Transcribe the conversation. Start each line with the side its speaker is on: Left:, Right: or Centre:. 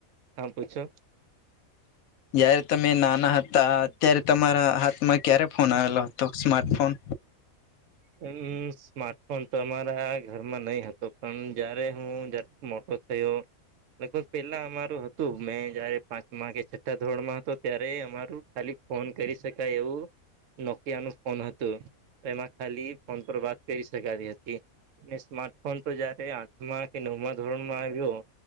Right: હા પૂછો.
Left: જયારે તમે નાના હતા ત્યારે તમારા હાથમાં ક્યારે ફોન આવેલો હ તો સ્મા્ટફોન
Right: હમ સ્માર્ટફોન તો અમારા ઘરમાં નહી હતો પણ જયારે હું મોટો થયો. લગભગ પેલા અમારું હતું મેં જયારે પાંચમા કે છઠ્ઠા ધોરણમાં હતો ત્યારે અમા ખાલી ફોન કરી શકાય એવું નોકિયા નું ફોન હતું. એમાં ખાલી ફોન પર વાત કરી શકાતી હતી. ને સ્માર્ટફોન તો જયારે આઠમાં કે નવમાં ધોરણમાં આવ્યો.